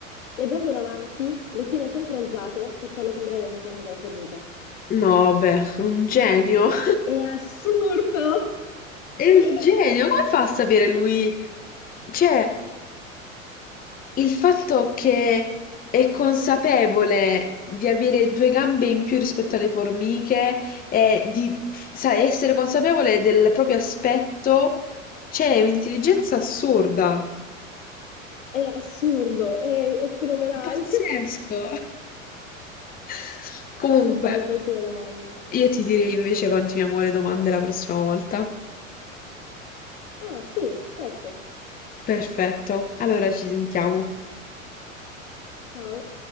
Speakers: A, on the left (about 70°); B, on the left (about 20°).
A: Le gambe davanti le tiene sempre alzate per farle sembrare le antenne della formica.
B: No, vabbè, un genio. <laughs>
A: È assurdo!
B: È
A: <laughs>
B: un genio, come fa a sapere lui? Cioè, Il fatto che è consapevole di avere due gambe in più rispetto alle formiche e di sa, essere consapevole del proprio aspetto, c'è un'intelligenza assurda.
A: È assurdo, è, è fenomenale.
B: Pazzesco.
A: <laughs>
B: <laughs> Comunque,
A: Vai, fai tu la domanda.
B: io ti direi invece continuiamo le domande la prossima volta.
A: Ah, sì, certo.
B: Perfetto, allora ci sentiamo.
A: Ciao.